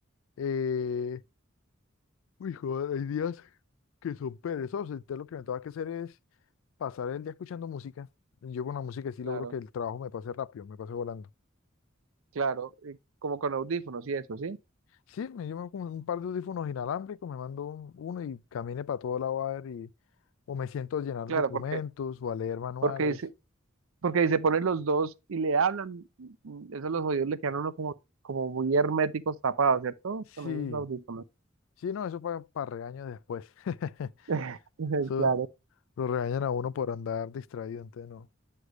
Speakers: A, on the left; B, on the right.
A: Eh, uy, joder, hay días que son perezosos. Entonces lo que me tengo que hacer es pasar el día escuchando música. Yo con la música sí
B: Claro,
A: logro que el trabajo me pase rápido, me pase volando.
B: claro, y como con audífonos y eso, ¿sí?
A: Sí, me llevo con un par de audífonos inalámbricos, me mando un- uno y camine para todo lado a ver y, o me siento a llenar
B: Claro,
A: documentos
B: porque,
A: o a leer manuales.
B: porque, si- porque si se ponen los dos y le hablan, mm, esos los oídos le quedan a uno como, como muy herméticos tapados, ¿cierto?
A: Sí,
B: Con esos audífonos.
A: sí, no, eso para para regaño después. <laughs>
B: <laughs>
A: Eso
B: Claro,
A: lo regañan a uno por andar distraído, entonces no.